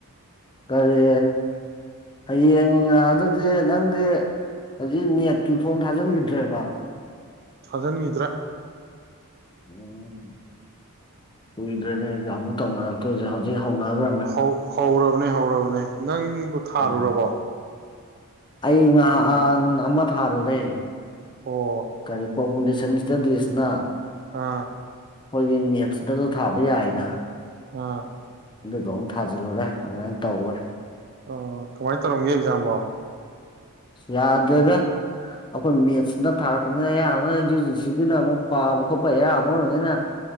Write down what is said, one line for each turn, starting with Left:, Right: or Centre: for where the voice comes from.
Left: ꯀꯔꯤ ꯍꯌꯦꯡ ꯑꯗꯨꯗꯤ ꯅꯪꯗꯤ ꯍꯧꯖꯤꯛ ꯅꯦꯠꯀꯤ ꯐꯣꯝ ꯊꯥꯖꯤꯟꯈꯤꯗ꯭ꯔꯦꯕ
Right: ꯊꯖꯅꯒꯈꯤꯗ꯭ꯔꯥ
Left: ꯎꯝ ꯀꯣꯏꯗ꯭ꯔꯦꯗ ꯌꯥꯝꯅꯦ ꯇꯖꯤ ꯍꯧꯖꯤꯦ ꯊꯥꯎꯅꯥꯒ꯭ꯔꯝꯅ
Right: ꯍꯧ ꯍꯧꯔꯕꯅꯦ ꯍꯧꯔꯕꯅꯦ ꯅꯪ ꯕꯨ ꯊꯥꯔꯨꯔꯕꯣ
Left: ꯎꯝ ꯑꯩ ꯉꯍꯥꯛ ꯑꯃ ꯊꯥꯔꯨꯔꯦ
Right: ꯑꯣ
Left: ꯀꯔꯤꯄ ꯄꯨꯁ ꯃꯤꯁꯇꯗꯁꯅ
Right: ꯑꯥ
Left: ꯑꯩꯈꯣꯏꯒꯤ ꯃꯦꯠꯁꯇꯁꯨ ꯊꯥꯕ ꯌꯥꯏꯅ
Right: ꯑꯥ
Left: ꯑꯗꯨꯗꯣ ꯑꯃꯝ ꯊꯥꯖꯤꯜꯂꯨꯔꯦ ꯑꯗꯨꯃꯥꯏꯅ ꯇꯧꯔꯣꯏ
Right: ꯑ ꯀꯃꯥꯏꯅ ꯇꯧꯔꯝꯒꯦ ꯑꯦꯛꯖꯥꯝꯝꯕꯣ
Left: ꯌꯥꯗꯦꯗ ꯑꯩꯈꯣꯏ ꯃꯦꯠꯁꯅ ꯊꯥꯔꯛꯄꯅꯤꯅ ꯑꯌꯥꯝꯕꯅ ꯌꯨ ꯖꯤꯁꯤꯒꯤꯅ ꯑꯃꯨꯛ ꯄꯥꯕ ꯈꯣꯠꯄ ꯑꯌꯥꯝꯕ ꯑꯣꯏꯕꯅꯤꯅ